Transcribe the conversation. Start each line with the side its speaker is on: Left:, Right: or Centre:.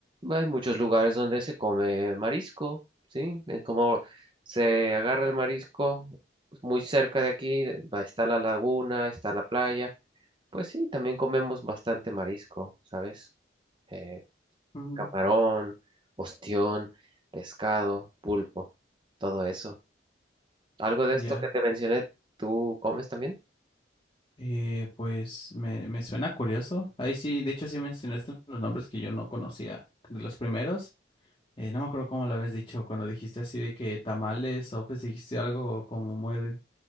Right: hay muchos lugares donde se come marisco, ¿sí? En Como se agarra el marisco muy cerca de aquí, va- está la laguna, está la playa. Pues sí, también comemos bastante marisco, ¿sabes? eh,
Left: Mm,
Right: camarón, ostión, pescado, pulpo, todo eso. ¿Algo de
Left: Ya.
Right: esto que te mencioné, tú comes también?
Left: Eh, pues me, me suena curioso. Ahí sí, de hecho sí mencionaste los nombres que yo no conocía de los primeros. Eh, no me acuerdo cómo lo habías dicho cuando dijiste así de que tamales o pues dijiste algo como muy